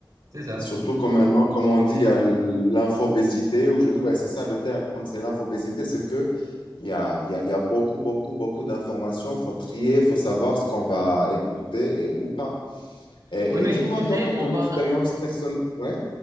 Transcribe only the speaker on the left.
Surtout que maintenant, comme on dit, il y a l'infobésité, ou je- ouais, c'est ça le terme, c'est l'infobésité, c'est que il y a, il y a, il y a beaucoup, beaucoup, beaucoup d'informations, faut trier, faut savoir ce qu'on va écouter et, ou pas. Et,
et dis-moi,
toi, pour
ton
expérience
personnelle, ouais,